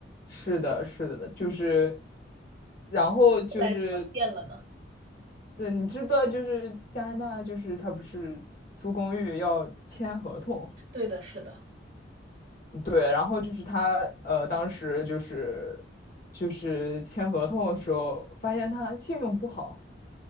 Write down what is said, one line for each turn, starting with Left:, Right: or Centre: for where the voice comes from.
Left: 是的，是的，就是
Right: 嗯，
Left: 然后就是
Right: 后来怎么变了呢？
Left: 对，你知不知道就是加拿大就是他不是租公寓要签合同，
Right: 对的，是的，
Left: 对，然后就是他呃，当时就是就是签合同的时候，发现他信用不好，